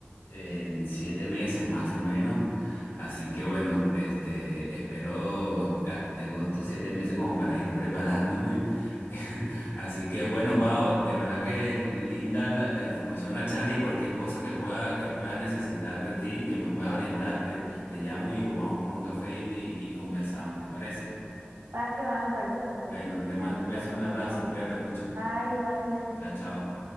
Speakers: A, on the left; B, on the right.
A: en siete meses más o menos. Así que bueno, este, espero, a- tengo estos siete meses como para ir preparándome. <laughs> Así que bueno, Pau, de verdad que linda la, la información, la charla y cualquier cosa que pueda, que pueda necesitar de ti, que me puedas orientarte te llamo y o vamos por un café y, y conversamos, ¿te parece?
B: Va que va, me parece perfecto.
A: Bueno, te
B: Ahí
A: mando
B: nos
A: un beso,
B: vemos
A: un abrazo,
B: entonces.
A: cuídate mucho.
B: Bye, igual, cuídate.
A: Chao, chao.